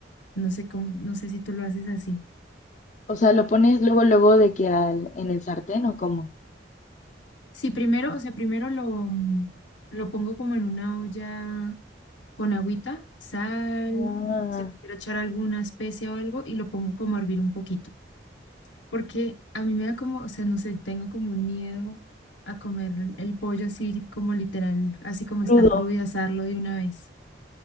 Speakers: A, on the left (about 80°); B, on the left (about 40°).
A: No sé cómo, no sé si tú lo haces así.
B: O sea, lo pones luego, luego de que al, en el sartén o cómo.
A: Sí, primero, o sea, primero lo, mm, lo pongo como en una olla con agüita, sal,
B: Ah,
A: si quiero echar alguna especia o algo, y lo pongo como a hervir un poquito. Porque a mí me da como, o sea, no sé, tengo como un miedo a comer el el pollo así como literal, así como
B: crudo.
A: está crudo y asarlo de una vez.